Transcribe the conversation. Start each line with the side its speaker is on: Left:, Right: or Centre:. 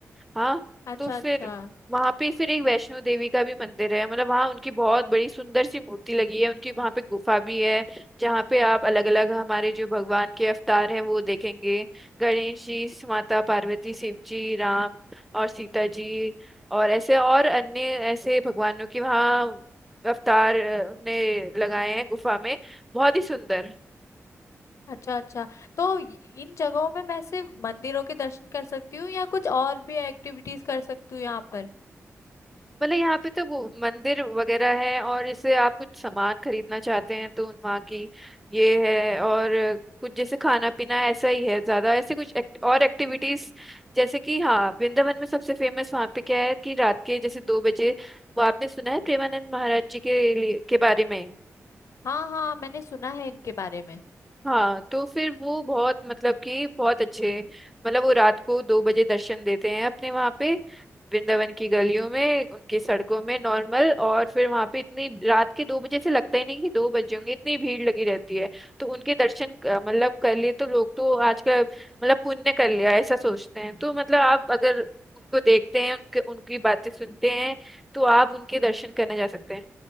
Centre: हाँ
Left: अच्छा
Centre: तो फिर
Left: अच्छा
Centre: वहां पे फिर एक वैष्णो देवी का भी मंदिर है मतलब वहाँ उनकी बहुत बड़ी सुंदर सी मूर्ति लगी है उनकी वहाँ पे गुफा भी है जहाँ पे आप अलग अलग हमारे जो भगवान के अवतार हैं वो देखेंगे गणेश जी माता पार्वती शिव जी राम और सीता जी और ऐसे और अन्य ऐसे भगवानों के वहाँ अवतार अ, ने लगाए हैं गुफा में बहुत ही सुंदर
Left: अच्छा अच्छा तो इ- इन जगहों में मैं सिर्फ मंदिरों के दर्शन कर सकती हूँ या कुछ और भी एक्टिविटीज कर सकती हूँ यहाँ पर
Centre: मतलब यहाँ पे तो वो मंदिर वगैरह है और जैसे आप कुछ सामान खरीदना चाहते हैं तो वहाँ की ये है और कुछ जैसे खाना पीना ऐसा ही है ज्यादा ऐसे कुछ act- और एक्टिविटीज जैसे कि हाँ वृंदावन में सबसे फेमस वहाँ पे क्या है कि रात के जैसे दो बजे वो आपने सुना है
Left: हम्म
Centre: प्रेमानंद महाराज जी के लिए- के बारे में
Left: हाँ हाँ मैंने सुना है इनके बारे में
Centre: हाँ तो फिर वो बहुत मतलब कि बहुत अच्छे मतलब वो रात को दो बजे दर्शन देते हैं अपने वहाँ पे वृंदावन की गलियों में उनकी सड़कों में नॉर्मल और फिर वहाँ पे इतनी रात के दो बजे से लगता ही नहीं कि दो बजे होंगे इतनी भीड़ लगी रहती है तो उनके दर्शन क- मतलब कर लिए तो लोग तो आजकल मतलब पुण्य कर लिया ऐसा सोचते हैं तो मतलब आप अगर उनको देखते हैं उनके उनकी बातें सुनते हैं तो आप उनके दर्शन करने जा सकते हैं